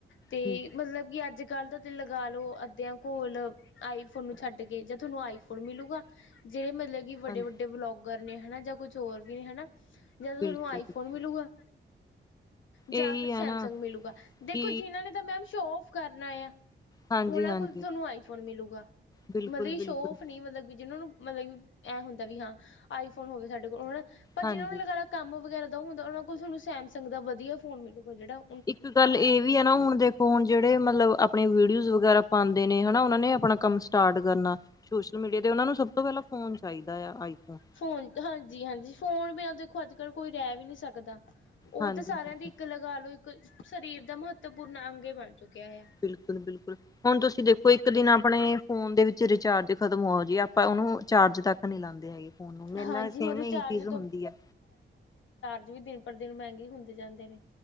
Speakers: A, on the left; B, on the left.
A: ਤੇ
B: ਠੀਕ
A: ਮਤਲਬ ਕਿ ਅੱਜ। ਕੱਲ੍ਹ ਦਾ ਤੁ ਲਗਾ ਲੋ ਅੱਧਿਆਂ ਕੋਲ ਆਈਫੋਨ ਨੂੰ ਛੱਡ ਕੇ। ਜਾਂ ਤਾਨੂੰ ਆਈਫੋਨ ਮਿਲੂਗਾ। ਜੇੜੇ ਮਤਲਬ। ਵੱਡੇ
B: ਹਾਂਜੀ
A: ਵੱਡੇ ਵਲੋਗਰ ਨੇ ਹਨਾ। ਜਾਂ ਕੁਛ ਹੋਰ ਵੀ ਨੇ ਹਨਾ ਜਾਂ
B: ਬਿਲਕੁਲ-ਬਿਲਕੁਲ
A: ਤਾਨੂੰ ਆਈਫੋਨ ਮਿਲੂਗਾ ਜਾਂ
B: ਇਹੀ
A: ਫਿਰ
B: ਹੈ
A: ਸੈਮਸੰਗ
B: ਨਾ
A: ਮਿਲੂਗਾ। ਦੇਖੋ
B: ਕਿ
A: ਜਿਨਾਂ ਨੇ ਤਾਂ ਮੈਮ ਸ਼ੋ ਓਫ ਕਰਨਾ ਆ
B: ਹਾਂਜੀ-ਹਾਂਜੀ
A: ਓਨਾਂ ਕੋਲ ਤਾਨੂੰ ਆਈਫੋਨ ਮਿਲੂਗਾ।
B: ਬਿਲਕੁਲ-ਬਿਲਕੁਲ
A: ਮਤਲਬ ਕਿ ਸ਼ੋ ਓਫ ਨੀ ਮਤਲਬ ਜਿਨਾਂ ਨੂੰ ਮਲਬ ਕਿ ਐਂ ਹੁੰਦਾ ਵੀ ਹਾਂ। ਆਈਫੋਨ ਹੋਵੇ ਸਾਡੇ ਕੋਲ ਹੁਣ ਪਰ
B: ਹਾਂਜੀ
A: ਜਿਨਾਂ ਨੂੰ ਲੱਗ ਕੰਮ ਵਗੈਰਾ ਦਾ ਹੁੰਦਾ ਓਨਾਂ ਕੋਲ ਤਾਨੂੰ ਸੈਮਸੰਗ ਦਾ ਵਧੀਆ ਫੋਨ ਮਿਲੁਗਾ। ਜੇੜਾ
B: ਇੱਕ ਗੱਲ ਏ ਵੀ ਨਾ। ਹੁਣ ਦੇਖੋ ਹੁਣ ਜੇੜੇ ਮਲਬ ਆਪਣੇ ਵੀਡੀਓਸ ਵਗੈਰਾ ਪਾਂਦੇ ਨੇ ਹਨਾ। ਓਨਾਂ ਨੇ ਆਪਣਾ ਕੰਮ ਸਟਾਰਟ ਕਰਨਾ। ਸੋਸ਼ਲ ਮੀਡੀਆ ਤੇ ਓਨਾਂ ਨੂੰ ਸਭ ਤੋਂ ਪੈਲਾਂ ਫੋਨ ਚਾਈਦਾ ਆ ਆਈਫੋਨ।
A: ਫੋਨ ਹਾਂਜੀ -ਹਾਂਜੀ ਫੋਨ ਬਿਨਾ ਦੇਖੋ ਅੱਜ - ਕੱਲ ਕੋਈ ਰੈ ਵੀ ਨੀ ਸਕਦਾ। ਓ
B: ਹਾਂਜੀ
A: ਤਾਂ ਸਾਰਿਆਂ
B: ਹਾਂਜੀ
A: ਦੀ ਇੱਕ ਲਗਾ ਲੋ ਇੱਕ ਸਰੀਰ ਦਾ ਮਹੱਤਵਪੂਰਨ ਅੰਗ ਈ ਬਣ ਚੁੱਕਿਆ ਆ।
B: ਬਿਲਕੁਲ -ਬਿਲਕੁਲ ਹੁਣ ਤੁਸੀਂ ਦੇਖੋ ਇੱਕ ਦਿਨ ਆਪਣੇ ਫੋਨ ਦੇ ਵਿੱਚ ਰਿਚਾਰਜ ਖ਼ਤਮ ਹੋ ਜੇ ਆਪਾਂ ਓਨੂੰ ਚਾਰਜ ਤੱਕ- ਨਹੀਂ ਲਾਉਂਦੇ ਹੈਗੇ ਫੋਨ ਨੂੰ ਮੇਰੇ
A: ਹਾਂਜੀ
B: ਨਾਲ ਸੇਮ
A: ਹੁਣ ਰਿਚਾਰਜ
B: ਇਹੀ ਚੀਜ਼ ਹੁੰਦੀ ਆ।
A: ਉਹ ਵੀ ਦਿਨ ਪਰ ਦਿਨ ਮਹਿੰਗੇ ਹੁੰਦੇ ਜਾਂਦੇ ਨੇ